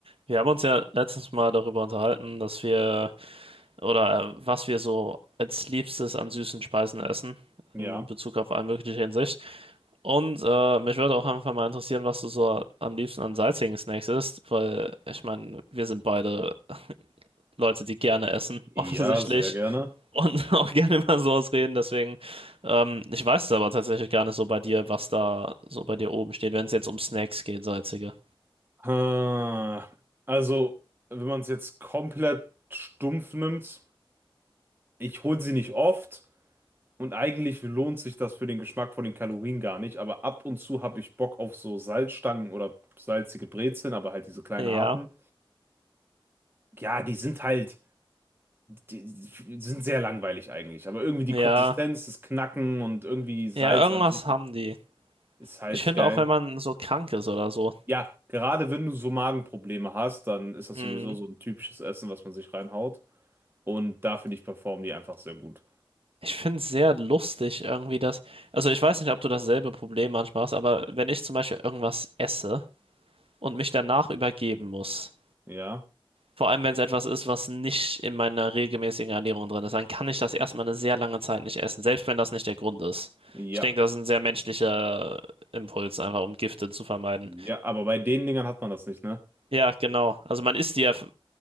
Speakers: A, on the right; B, on the right.
A: Wir haben uns ja letztens mal darüber unterhalten, dass wir oder äh, was wir so als Liebstes an süßen Speisen essen,
B: Ja,
A: in Bezug auf alle mögliche Hinsicht. Und äh, mich würde auch einfach mal interessieren, was du so am liebsten an salzigen Snacks isst, weil ich meine, wir sind beide Leute, die gerne essen,
B: ja,
A: <laughs> offensichtlich,
B: sehr gerne.
A: und auch gerne über sowas reden. Deswegen, ähm, ich weiß es aber tatsächlich gar nicht so bei dir, was da so bei dir oben steht, wenn es jetzt um Snacks geht, salzige.
B: Ah, Also, wenn man es jetzt komplett stumpf nimmt, ich hole sie nicht oft und eigentlich lohnt sich das für den Geschmack von den Kalorien gar nicht, aber ab und zu habe ich Bock auf so Salzstangen oder salzige Brezeln, aber halt diese kleinen
A: Ja,
B: harten. Ja, die sind halt, die die sind sehr langweilig eigentlich, aber irgendwie die
A: ja,
B: Konsistenz, das Knacken und irgendwie Salz
A: ja, irgendwas
B: an sich
A: haben die.
B: ist halt
A: Ich finde
B: geil.
A: auch, wenn man so krank ist oder so,
B: Ja, gerade wenn du so Magenprobleme hast, dann ist das
A: mh,
B: sowieso so ein typisches Essen, was man sich reinhaut. Und da finde ich, performen die einfach sehr gut.
A: ich finde es sehr lustig irgendwie, dass, also ich weiß nicht, ob du dasselbe Problem manchmal hast, aber wenn ich zum Beispiel irgendwas esse und mich danach übergeben muss,
B: Ja,
A: vor allem wenn es etwas ist, was nicht in meiner regelmäßigen Ernährung drin ist, dann kann ich das erstmal eine sehr lange Zeit nicht essen, selbst wenn das nicht der Grund ist.
B: ja,
A: Ich denke, das ist ein sehr menschlicher Impuls, einfach um Gifte zu vermeiden.
B: ja, aber bei den Dingern hat man das nicht, ne?
A: Ja, genau. Also man isst die ja f-